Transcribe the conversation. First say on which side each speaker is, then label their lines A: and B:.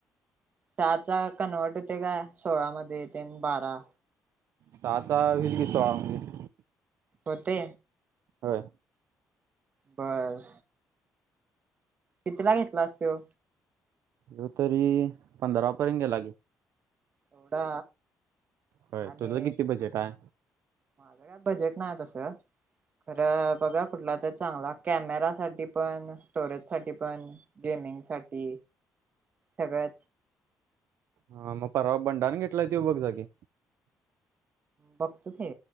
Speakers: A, on the right; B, on the right.
A: सहा चा कन्वर्ट होते काय सोळामध्ये ते बारा
B: सहाचा होल की सोळा म्हणजे
A: होते
B: होय
A: बर कितीला घेतला अस तो
B: हो तरी पंधरापर्यंत गेला की
A: एवढा
B: होय
A: आणि
B: तुझं किती बजेट आहे
A: माझं काय बजेट ना तसे खरं बघा कुठला तर चांगला कॅमेरा साठी पण स्टोरेज साठी पण गे साठी सगळं
B: हा मग परवा बंडाण घेतला तो बघ जा कि
A: बघतो ते